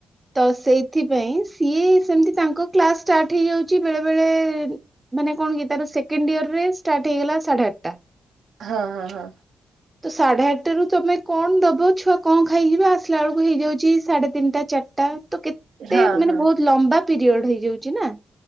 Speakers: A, on the right; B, on the right.
A: ତ ସେ ସେଥିପାଇଁ ସିଏ ସେମତି ତାଙ୍କ କ୍ଲାସ ଷ୍ଟାର୍ଟ ହେଇଯାଉଛି ବେଳେ ବେଳେ ମାନେ କଣ କି ତାର ସେକେଣ୍ଡ ଇୟର ରେ ଷ୍ଟାର୍ଟ ହେଇଗଲା ସାଢେ ଆଠଟା।
B: ହଁ ହଁ ହଁ।
A: ତ ସାଢେ ଆଠଟା ରୁ ତମେ କଣ ଦବ ଛୁଆ କଣ ଖାଇଯିବ ଆସିଲା ବେଳକୁ ହେଇଯାଉଛି ସାଢେ ତିନିଟା ଚାରଟା। ତ କେତେ
B: ହଁ ହଁ
A: ମାନେ
B: ହଁ
A: ବହୁତ ଲମ୍ବା ପିରିୟଡ ହେଇଯାଉଛି ନା।